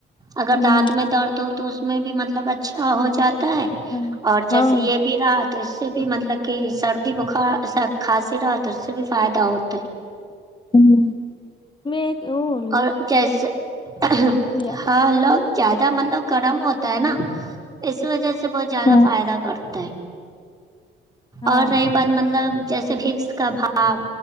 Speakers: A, on the right; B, on the left.
A: اگر
B: ہ
A: دانت میں درد ہو تو تو اس میں بھی مطلب اچھا ہو جاتا ہے
B: ہاں
A: اور جیسے
B: ہاں
A: یے بھی رہا تو اس سے بھی مطلب کی سردی بخارا سا کھانسی رہا تو اس سے بھی فائدہ ہوتا ہے
B: ہمم <unintelligible>
A: اور جیسےحلق
B: لیا
A: زیادہ مطلب گرم ہوتا ہے نا اس وجہ سے بہت زیادہ
B: ہاں
A: فائدہ کرتا ہے
B: ہاں
A: اور رہی بات مطلب جیسے بکس کا بھ آپ